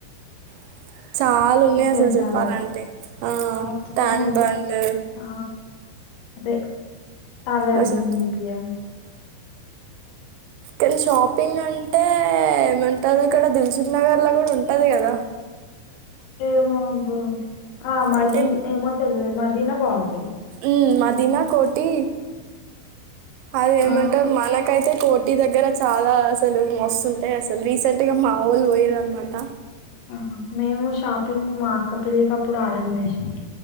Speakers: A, on the right; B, on the left.
A: <inaudible> చాలా ఉన్నాయి
B: హుస్సేన్
A: అసలు చెప్పాలంటే
B: సాగర్
A: ఆ
B: మస్తున్నాయి
A: ట్యాంక్ బండ్
B: ఆ, అదే సాలార్జీ
A: అసలు
B: మ్యూజియమ్
A: తెలుసు షాపింగ్ అం అంటే ఏమంటారు ఇక్కడ దిల్ సుఖ్ నగర్ల గూడా ఉంటది గదా
B: ఏమో అబ్బా ఆ మాదీ
A: అంటే
B: ఏమో తెలువదు మాదీన బాగుంటది
A: ఉమ్ మదీనా కోఠి అది
B: ఆ,
A: ఏమంటరు మనకైతే కోఠి దగ్గర చాలా అసలు మస్తుంటాయి అసలు రీసెంట్ గా మావోళ్ళు బోయిరు అన్నమాట
B: ఆహా మేము షాపింగ్ మా అక్క పెళ్ళికప్పుడు ఆడనే జేసినాం